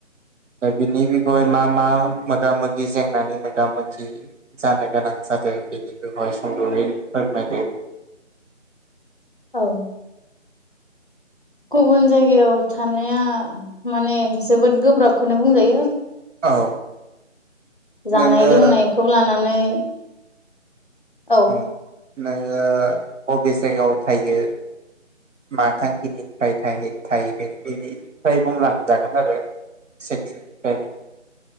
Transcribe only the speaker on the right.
दा बिनि बिखय मा मा मोगा मोगि जेंनानि मोगा मोगि जानो गोनां जादों बेनि बिखय सुंद'यै फोरमाय ।
औ
नोङो
उम नोङो बबे जायगायाव थायो मा थांखिनिफ्राय थाहै थाहैदों बेनिफ्राय बुंलांजागोन आरो। सेथि फ्राय